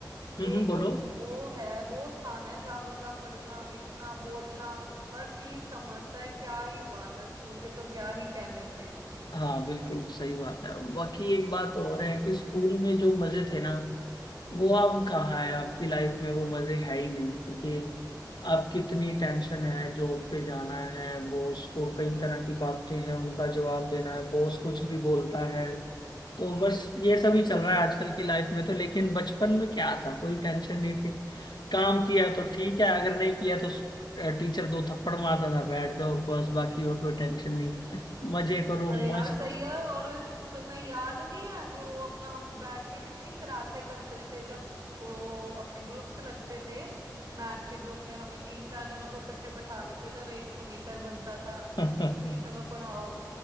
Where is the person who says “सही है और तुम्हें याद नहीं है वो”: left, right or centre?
Right